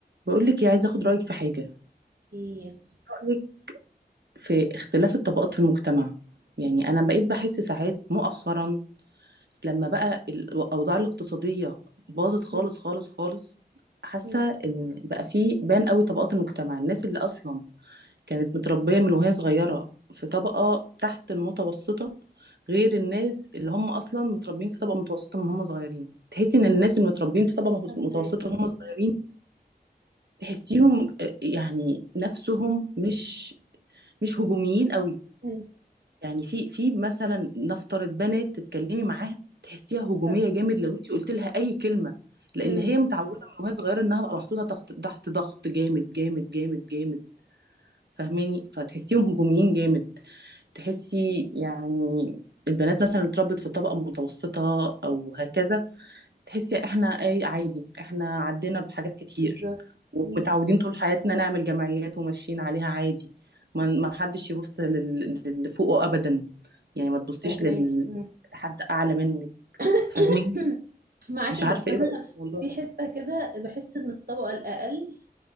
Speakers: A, on the right (about 80°); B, on the right (about 65°).
A: بقول لك ايه، عايزه اخد رايك في حاجه
B: ايه
A: رايك في اختلاف الطبقات في المجتمع يعني انا بقيت بحس ساعات مؤخرا لما بقى الاوضاع الاقتصاديه باظت خالص
B: مم.
A: خالص خالص حاسه
B: مم.
A: ان بقى في بان قوي طبقات المجتمع الناس اللي اصلا كانت متربيه من وهي صغيره في طبقه تحت المتوسطه غير الناس اللي هم اصلا متربيين في طبقه متوسطه من هم صغيرين تحسي ان الناس المتربيين في طبقه
B: فهماكي
A: متوسطه وهم صغيرين تحسيهم آه، يعني نفسهم مش مش هجوميين قوي
B: مم.
A: يعني في في مثلا نفترض بنات تتكلمي معاها تحسيها هجوميه
B: حلو
A: جامد لو انت قلت لها اي كلمه لان
B: مم.
A: هي متعوده من وهي صغيره انها بقى محطوطه تحت تحت ضغط جامد جامد جامد جامد فاهماني فتحسيهم هجوميين جامد تحسي يعني البنات مثلا اللي اتربت في طبقه متوسطه او هكذا تحسي احنا اي عادي احنا عدينا بحاجات كتير
B: بالظبط
A: ومتعودين
B: مم.
A: طول حياتنا نعمل جمعيات وماشيين عليها عادي ما ما حدش يبص لل- للي فوقه ابدا يعني ما تبصيش
B: فهماكي
A: لل-
B: مم.
A: لحد اعلى منك
B: <coughs>
A: فاهمين
B: معاكي
A: مش عارفه
B: بس انا
A: ايه رايك في الموضوع
B: في
A: ده
B: حته كده بحس ان الطبقه الاقل